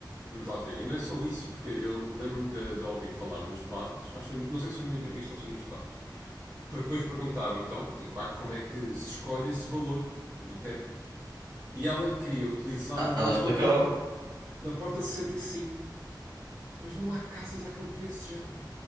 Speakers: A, on the right; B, on the right.
A: vamos lá ver, e não é só isso, porque eu lembro-me de, de ouvir falar nos debates, acho que foi- não sei se foi numa entrevista ou se foi nos debates, Porque depois perguntaram então e qua- como é que se escolhe esse valor do teto. E ela queria utilizar
B: Ah,
A: o
B: Ela
A: valor
B: explicou.
A: da, por- da porta 65. Mas não há casas àquele preço já.